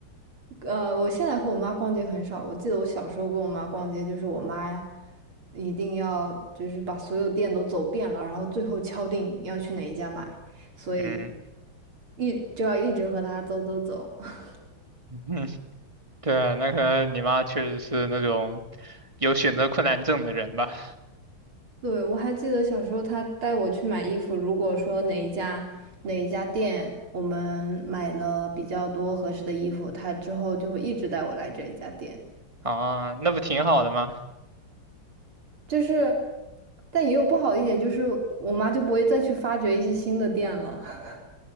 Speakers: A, on the right; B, on the right.
A: 呃，我现在和我妈逛街很少。我记得我小时候跟我妈逛街，就是我妈呀，一定要就是把所有店都走遍了，然后最后敲定要去哪一家买，所以
B: 嗯，
A: 一就要一直和她走走走。<laughs>
B: <laughs> 对啊，那可能你妈确实是那种有选择困难症的人吧？
A: 对，我还记得小时候她带我去买衣服，如果说哪一家哪一家店我们买了比较多合适的衣服，她之后就会一直带我来这一家店。
B: 啊，那不挺好的吗？
A: 就是，但也有不好的一点，就是我妈就不会再去发掘一些新的店了。<laughs>